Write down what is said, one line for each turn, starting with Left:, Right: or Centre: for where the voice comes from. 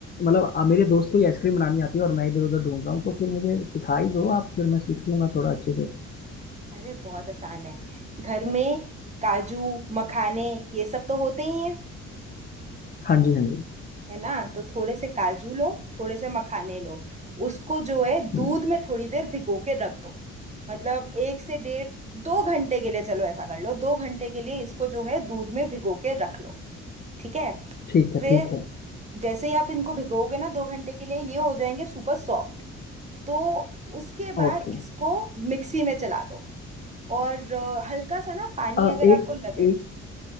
Left: मतलब आ, मेरे दोस्त को ही आइसक्रीम बनानी आती है और मैं इधर उधर ढूंढ रहा हूँ तो फिर मुझे सिखा ही दो आप फिर मैं सीख लूंगा थोड़ा अच्छे से
Right: अरे बहुत आसान है घर में काजू मखाने ये सब तो होते ही हैं
Left: हाँ जी हाँ जी
Right: है ना तो थोड़े से काजू लो थोड़े से मखाने लो उसको जो है दूध
Left: हम्म,
Right: में थोड़ी देर भिगो के रख दो मतलब एक से डेढ़ दो घंटे के लिए चलो ऐसा कर लो दो घंटे के लिए इसको जो है दूध में भिगो के रख लो ठीक है
Left: ठीक है
Right: फिर
Left: ठीक है
Right: जैसे ही आप इनको भिगोगे ना दो घंटे के लिए ये हो जाएंगे सुपर सॉफ्ट तो उसके बाद
Left: ओके
Right: इसको मिक्सी में चला दो और अ, हल्का सा ना पानी
Left: अ,
Right: अगर
Left: एक
Right: आपको लगे
Left: एक